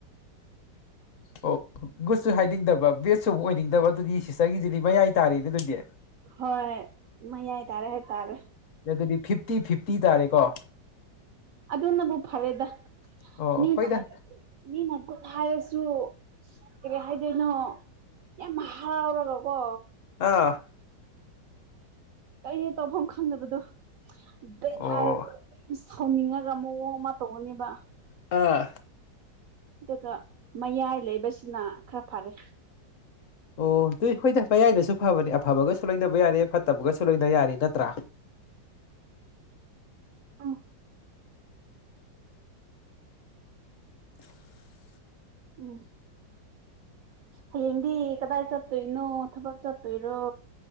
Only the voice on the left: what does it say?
ꯑꯣ ꯒꯨꯠꯁꯨ ꯍꯥꯏꯅꯤꯡꯗꯕ ꯕꯦꯠꯁꯨ ꯑꯃꯨꯛ ꯑꯣꯏꯅꯤꯡꯗꯕ ꯑꯗꯨꯗꯤ ꯁꯤꯁꯇꯔꯒꯤꯗꯨꯗꯤ ꯃꯌꯥꯏ ꯇꯥꯔꯦꯅꯦ ꯑꯗꯨꯗꯤ
ꯑꯗꯨꯗꯤ ꯐꯤꯞꯇꯤ ꯐꯤꯞꯇꯤ ꯇꯥꯔꯦꯀꯣ
ꯑꯣ
ꯍꯣꯏꯗ
ꯑꯥ
ꯑꯣ
ꯑꯥ
ꯑꯣ ꯑꯗꯨꯏ ꯍꯣꯏꯗ ꯃꯌꯥꯏꯅꯁꯨ ꯐꯕꯅꯦ ꯑꯐꯕꯒꯁꯨ ꯂꯣꯏꯅꯕ ꯌꯥꯔꯦ ꯐꯠꯇꯕꯒꯁꯨ ꯂꯣꯏꯅ ꯌꯥꯔꯦ ꯅꯠꯇ꯭ꯔꯥ?
<inaudible>